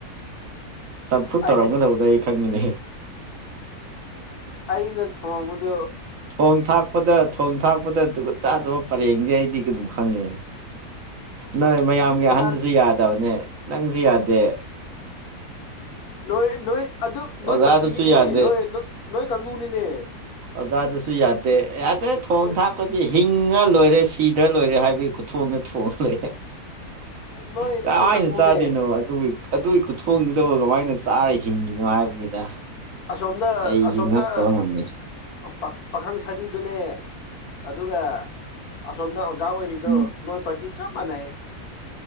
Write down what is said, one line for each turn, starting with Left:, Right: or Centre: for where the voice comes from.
Right: ꯆꯝꯐꯨꯠ
Left: ꯑꯩ
Right: ꯇꯧꯔꯝꯒꯗꯧꯕꯗ ꯑꯩ ꯈꯪꯉꯤꯅꯦ
Left: ꯑꯩꯅ ꯊꯣꯡꯕꯗ
Right: ꯊꯣꯡ ꯊꯥꯛꯄꯗ ꯊꯣꯡ ꯊꯥꯛꯄꯗ ꯖꯨꯒꯣꯠ ꯆꯥꯗꯕ ꯄꯔꯦꯡꯅꯦ ꯑꯩꯗꯤ ꯑꯗꯨꯝ ꯈꯪꯉꯦ ꯅꯣꯏ ꯃꯌꯥꯝꯒꯤ
Left: ꯅꯍꯥꯟ
Right: ꯑꯍꯟꯁꯤ ꯌꯥꯗꯕꯅꯦ ꯅꯪꯁꯨ ꯌꯥꯗꯦ
Left: ꯅꯣꯏ ꯅꯣꯏ ꯑꯗꯨ ꯅꯣꯏ
Right: ꯑꯣꯖꯥꯗꯨꯁꯨ
Left: ꯄꯇꯤꯅꯤꯅꯦ
Right: ꯌꯥꯗꯦ
Left: ꯅꯣꯏ ꯅꯣꯏ ꯀꯪꯕꯨꯅꯤꯅꯦ
Right: ꯑꯣꯖꯥꯗꯁꯨ ꯌꯥꯗꯦ ꯌꯥꯗꯦ ꯊꯣꯛ
Left: ꯅꯣꯏ
Right: ꯊꯥꯛ ꯂꯥꯛꯄꯗꯤ ꯍꯤꯡꯉ ꯂꯣꯏꯔꯦ ꯁꯤꯗ꯭ꯔ ꯂꯣꯏꯔꯦ ꯍꯥꯏꯕꯒꯤ ꯈꯨꯊꯣꯡꯗ ꯊꯣꯡꯂꯦ
Left: ꯅꯣꯏ
Right: ꯀꯥꯏꯅ
Left: ꯀꯥꯡꯕꯨꯅꯦ
Right: ꯆꯥꯗꯣꯏꯅꯣ ꯑꯗꯨꯕꯨ ꯑꯗꯨꯒꯤ ꯈꯨꯊꯣꯡꯗꯨꯗꯕꯨ ꯀꯃꯥꯏꯅ ꯆꯥꯔ ꯍꯤꯡꯉꯤꯅꯣ ꯍꯥꯏꯕꯅꯤꯗ
Left: ꯑꯁꯣꯝꯗ
Right: ꯑꯩꯗꯤ
Left: ꯑꯁꯣꯝꯗ
Right: ꯉꯛꯇꯕ ꯉꯝꯃꯦ
Left: ꯄ- ꯄꯥꯈꯪ ꯁꯥꯔꯤꯗꯨꯅꯦ ꯑꯗꯨꯒ ꯑꯁꯣꯝꯗ ꯑꯣꯖꯥ ꯑꯣꯏꯔꯤꯗꯣ
Right: ꯎꯝ
Left: ꯅꯣꯏ ꯄꯥꯔꯇꯤ ꯆꯞ ꯃꯥꯟꯅꯩ